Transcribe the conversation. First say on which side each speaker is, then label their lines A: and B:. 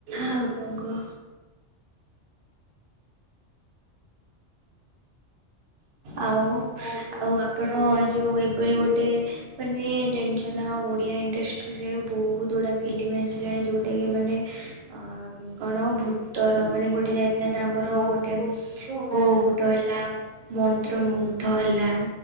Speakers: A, on the right (about 60°); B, on the right (about 80°).
A: ଆଉ କଣ କୁହ। ଆଉ।
B: କଣ କୁହନ୍ତୁ
A: ଆଉ ଆପଣ ଜଉ ଏବେ ଗୋଟେ। ମାନେ ଜାଣିଚନା ଓଡ଼ିଆ ଇଣ୍ଡଷ୍ଟ୍ରିରେ ବହୁତ୍‌ ଗୁଡ଼ା ଫିଲ୍ମ ଆସିଲାଣି ଯେଉଁଟାକି ମାନେ। ହ୍ୟାଲେ।।। କଣ ଭୂତର ମାନେ ଗୋଟେ ଯାଇଥିଲା ତ ଆମର
B: ବୋଉ
A: ଗୋଟେ
B: ଭୂତ ଭୂତ ନା
A: ବୋଉ ଭୁତ ହେଲା। ମନ୍ତ୍ରମୁଗ୍ଧ ହେଲା।